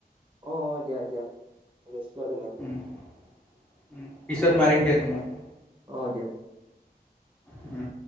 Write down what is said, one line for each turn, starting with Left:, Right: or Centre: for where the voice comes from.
Right: অ, অ, দিয়া দিয়া, ৰেছ লোৱা তেনে হ'লে।
Centre: উম, উম, পিছত মাৰিম দিয়া তোমাক।
Right: অ, দিয়া।
Centre: উম,